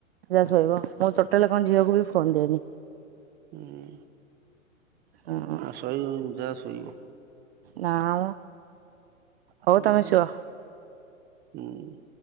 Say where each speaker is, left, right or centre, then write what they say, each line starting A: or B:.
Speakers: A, on the right; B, on the right.
A: ଯା ଶୋଇବ ମୁଁ ଟୋଟାଲ କଣ ଝିଅକୁ ବି ଫୋନ୍ ଦିଏନି।
B: ହୁଁ,
A: ହଁ
B: ମା ଶୋଇବ ଯା ଶୋଇବ। <unintelligible>
A: ନାଁ ମ ହଉ
B: ଉଁ
A: ତମେ ଶୁଅ।
B: ଉଁ।